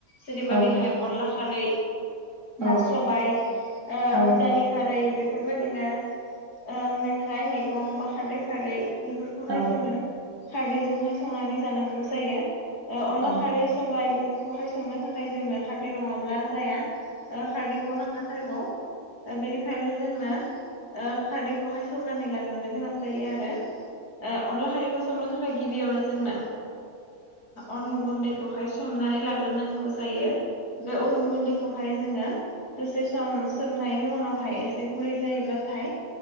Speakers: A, on the left (about 75°); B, on the right (about 55°).
A: जेरैबादिहाय
B: औ
A: अनला खारै
B: औ
A: बा सबाय ओ
B: औ औ
A: दालि खारै बेफोरबायदिनो ओ मेखाइ मैगं बा खारदै खारै बेफोरखौहाय
B: औ
A: जोङो खारदैजोंहाय संनानै जानांगौ जायो। ओ अनला
B: औ
A: खारै सबाइ बेफोरखौहाय संनो थाखाय जोंनो खारदै नङाब्ला जाया। ओ खारदैखौ नांखाथारगौ बेनिखायनो जोंनो। खारदैखौहाय सरनानै लाग्रोनो गोनां जायो आरो अनला खारैखौ संनो थाखाय गिबियावनो जोंनो अन गुन्दैखौ खौहाय सनानै लाग्रोनांगौ जायो बे अन गुन्दै खौहाय जोङो दसे सम सोमनायनि उनावहाय एसे गुरै जायोब्लाथाय